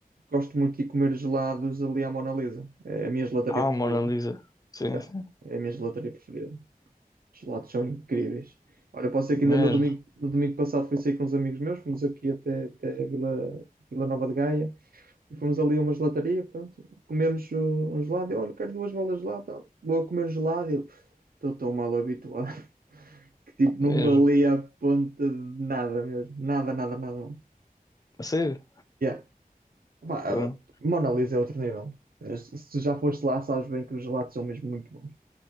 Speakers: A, on the right; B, on the left.
A: gosto muito de comer gelados ali à Mona Lisa, é a minha gelataria
B: Ah,
A: preferida.
B: Mona Lisa. Sim,
A: Já,
B: sim.
A: É a minha gelataria preferida. Os lados são incríveis. Olha, posso dizer que ainda
B: Mesmo,
A: no domingo, no domingo passado fui sair com uns amigos meus, fomos aqui até, até Vila, Vila Nova de Gaia e fomos ali a uma gelataria, pronto, comemos uh, um gelado, eu, olha, quero duas bolas de gelado, tal. vou comer gelado, eu estou tão mal habituado <laughs> que tipo,
B: mesmo.
A: não valia a ponta de nada mesmo, nada, nada, nada.
B: A sério?
A: Yeah. Pá,
B: Então,
A: uh, Mona Lisa é outro nível. Uh, Se se tu já foste lá, sabes bem que os gelados são mesmo muito bons.